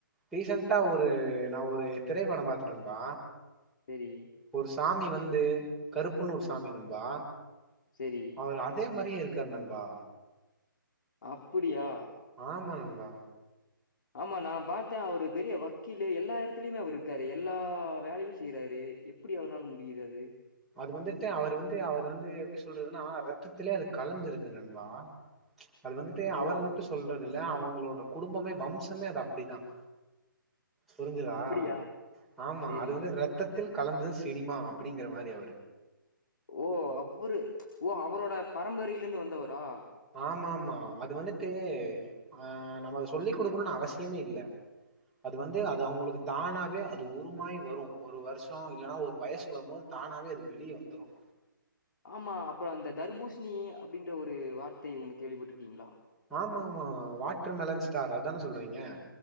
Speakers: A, in the centre; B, on the left (about 60°).
A: ரிசெண்டா ஒரு நான் ஒரு திரைப்படம் பார்த்த நண்பா
B: சரி,
A: ஒரு சாமி வந்து கருப் ப்பண்ணூ ஒரு சாமி நண்பா
B: சரி.
A: அவர் அதே மாதிரியே இருக் ர் நண்பா
B: அப்புடியா
A: ஆமா நண்பா
B: ஆமா நான் பார்த்தேன் அவரு பெரிய வக்கீலு எல்லா இடத்துலயுமே அவர் இருக்காரு எல்லா வேலையும் செய்யறாரு எப்படி அவருனால முடியுது அது
A: அது வந்துட்டு அவரு வந்து அவர் வந்து எப்படி சொல்றதுன்னா ரத்திலயே அது கலந்து இருக்கு நண்பா அது வந்து அவர்
B: ஓ!
A: மட்டும் சொல்றது இல்ல அவங்களோட குடும்பமே வம்சமே அது அப்படிதான் புரிஞ்சுதா
B: அப்படியா?
A: ஆமா
B: சரி.
A: அது வந்து ரத்த தில் கலந்து சினிமா அப்படிங்கிற மாதிரி அவர்
B: ஓ அவரு ஓ அவரோட பரம்பரையில இருந்து வந்தவரா
A: ஆமா ஆமா அது வந்துட்டு ஆ நம்ம அதை சொல்லி் கொடுக்கணும்னு அவசியமே இல்ல அது வந்து அது அவங்களுக்கு தானாவே அது உருமாய் வரும் ஒரு வருஷம் இல்ன்னா ஒரு வயசு வரும்போது தானாவே அது வெளியே வந்துரும்
B: ஆமா அப்புறம் அந்த தர்பூஷணி அப்படின்ற ஒரு வார்த்தை உனக்கு கேள்விப்பட்டட்டுிருக்கீங்களா
A: ஆமா ஆமா வாட்டர் மெலன் ஸ்டார் அதானே சொல்றீங்க